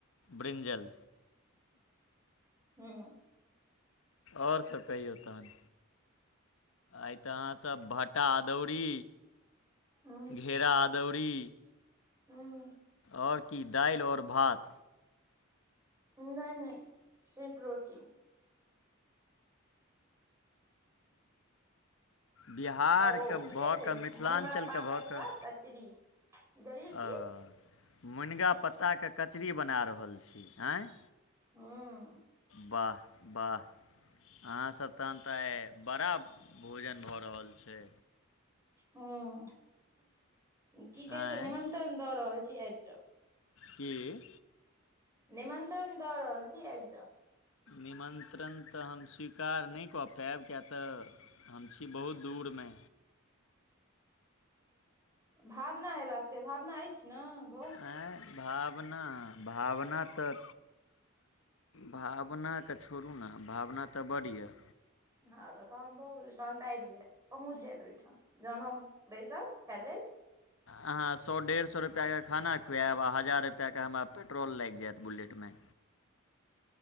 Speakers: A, on the left; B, on the right.
A: ब्रिंजल
B: हू
A: आओर सभ कहियो तहन आइ तऽ अहाँसभ भाटा अदौरी
B: ह
A: घेरा अदौरी।
B: ह्म
A: आओर की दालि और भात।
B: नहि नहि सिर्फ रोटी
A: बिहार
B: ओ
A: के
B: की
A: भऽ
B: कहै छै
A: कऽ मिथिलांचल
B: मुनगा पातक
A: के भऽ कऽ
B: कचरी बुझलियै
A: ओ
B: की
A: मुनगाक पत्ताक कचरी बना रहल छी, आँय।
B: हँ
A: वाह वाह अहाँसभके तऽ आइ बड़ा भोजन भऽ रहल छै।
B: हँ, की कहै
A: आँय
B: छ? निमंत्रण दऽ रहल छी, आबि जो।
A: के
B: निमंत्रण दऽ रहल छी, आबि जाउ।
A: निमन्त्रण तऽ हम स्वीकार नहि कऽ पायब, किएक तऽ हम छी बहुत दूरमे।
B: भावना होबाक छै, भावना अछि ने। भऽ गेलै
A: आँय, भावना भावना तऽ। भावना केँ छोड़ू ने, भावना तऽ बड्ड अछि।
B: हँ तऽ तहन भऽ गेलै, तहन तऽ आबि जायत, पहुँच जायत ओहिठाम जहन हम। बैसत, खा लेत।
A: हँ, सए डेढ़ सए रुपैआ। रुपैआके खाना खुआएब आ हजार रुपैआके हमरा पेट्रोल लागि जायत बुलेटमे।